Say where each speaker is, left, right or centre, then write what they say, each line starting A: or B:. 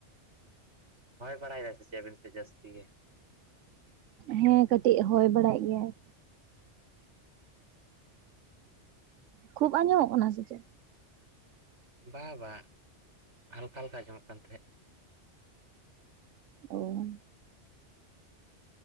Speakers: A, on the right; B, on the right.
A: ᱦᱳᱭ ᱵᱟᱲᱟ ᱮᱫᱟᱭ ᱥᱮ ᱪᱮᱫ ᱟᱹᱵᱤᱱ ᱥᱮᱫ ᱡᱟᱹᱥᱛᱤ ᱜᱮ?
B: ᱦᱮᱸ ᱠᱟᱹᱴᱤᱡ ᱦᱚᱭ ᱵᱟᱲᱟᱭ ᱜᱮᱭᱟᱭ। ᱠᱷᱩᱵ ᱟᱸᱡᱚᱢᱚᱜ ᱠᱟᱱᱟ ᱥᱮ ᱪᱮᱫ?
A: ᱵᱟ ᱵᱟᱝ ᱦᱟᱞᱠᱟ ᱦᱟᱞᱠᱟ ᱟᱸᱡᱚᱢᱚᱜ ᱠᱟᱱ ᱛᱟᱦᱮᱸᱫ ᱾
B: ᱚᱻ